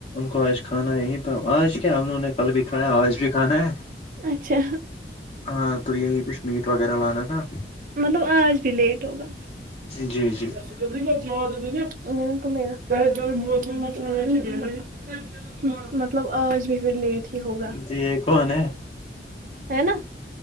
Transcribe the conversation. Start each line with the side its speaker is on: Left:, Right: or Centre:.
Left: کو آج کھانا یہ تھا آج کیا ہم لووں نے کل بھی کھا آج بھی کھانا ہے
Right: اچھا
Left: ہاں تو یہی کچھ میٹ وغیرہ لانا تھا
Right: مطلب آج بھی لیٹ ہوگا
Left: جی جی
Right: <unintelligible> مطلب آج بھی پھر لیٹ ہی ہوگا
Left: جی یہ کون ہے
Right: ہے نا